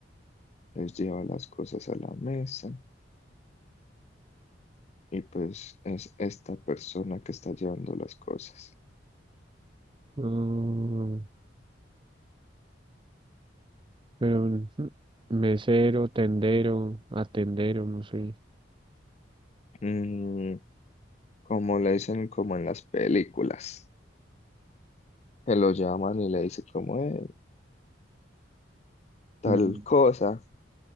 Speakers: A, on the left; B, on the right.
A: les lleva las cosas a la mesa y pues es esta persona que está llevando las cosas.
B: Mm, Pero ujú, mesero, tendero, atendero, no sé.
A: Mm, como le dicen como en las películas, que lo llaman y le dicen como "Eh, tal
B: Mm,
A: cosa,